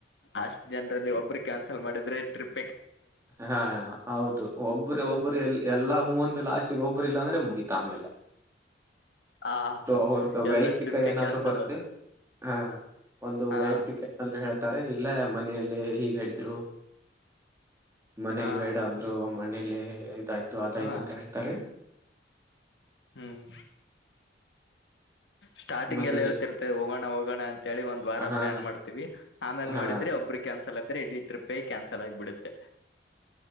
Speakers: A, on the left; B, on the right.
A: ಅಷ್ಟ ಜನರಲ್ಲಿ ಒಬ್ಬರು ಕ್ಯಾನ್ಸಲ್ ಮಾಡಿದ್ರೆ ಟ್ರಿಪ್
B: ಹಾ ಹೌದು ಒಬ್ಬ್ರ ಒಬ್ಬರು ಎ ಎಲ್ಲಾ ಹೂ ಒಂದು ಲಾಸ್ಟಿಗೆ ಒಬ್ಬರು ಇಲ್ಲಾಂದ್ರೆ ಗೀತಾ ಮೇಲೆ
A: ಹಾ
B: ಅವ್ರದ್ದ
A: ಎಲ್ಲ
B: ವೈಯಕ್ತಿಕ
A: ಟ್ರಿಪ್ಪೇ
B: ಏನಾದ್ರು
A: ಕ್ಯಾನ್ಸಲ್
B: ಬರುತ್ತೆ
A: ಅದು
B: ಹಾ ಒಂದು
A: ಹಾ
B: ವೈಯಕ್ತಿಕ ಏನಾದ್ರು ಹೇಳ್ತಾರೆ ಇಲ್ಲ ಮನಲ್ಲೇ ಹೀಗ್ ಹೇಳಿದ್ರು ಮನೇಲಿ
A: ಹಾ
B: ಬೇಡ ಅಂದ್ರು ಮನೇಲ್ಲ ಇದಾಯ್ತು ಅದಾಯ್ತು
A: ಹಾ
B: ಅಂತ ಹೇಳ್ತಾರೆ
A: ಹ್ಮ್ ಸ್ಟಾರ್ಟಿಂಗ್
B: ಮತ್ತೆ
A: ಎಲ್ಲ ಹೇಳ್ತಿರ್ತ ಹೋಗೋಣ ಹೋಗೋಣ ಅಂತ ಅಂತೇಳಿ ಒಂದ ವಾರ
B: ಹಾ
A: ಪ್ಲಾನ್ ಮಾಡ್ತೀವಿ ಆಮೇಲೆ
B: ಹಾ
A: ನೋಿದ್ರೆ ಒಬ್ಬರು ಕ್ಯಾನ್ಸಲ್ ಆದ್ರ ಇಡೀ ಟ್ರಿಪ್ ಬೈ ಕ್ಯಾನ್ಸಲ್ ಆಗಬಿಡುತ್ತೆ